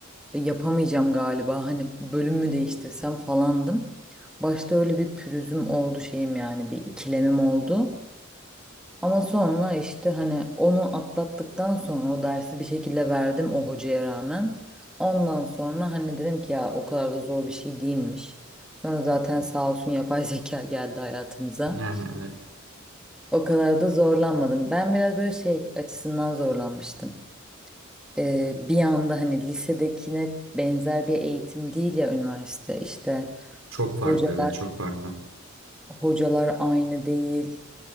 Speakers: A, in the centre; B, on the right (about 85°).
A: yapamayacağım galiba hani bölüm mü değiştirsem falandım. Başta öyle bir pürüzüm oldu şeyim yani bir ikilemim oldu. Ama sonra işte hani onu atlattıktan sonra o dersi bir şekilde verdim o hocaya rağmen. Ondan sonra hani dedim ki ya o kadar da zor bir şey değilmiş. Sonra zaten sağ olsun yapay <laughs> zeka geldi hayatımıza.
B: Yani evet.
A: O kadar da zorlanmadım. Ben biraz böyle şey açısından zorlanmıştım. Ee, bir anda hani lisedekine benzer bir eğitim değil ya üniversite işte
B: Çok farklı
A: hocalar
B: evet çok farklı.
A: hocalar aynı değil.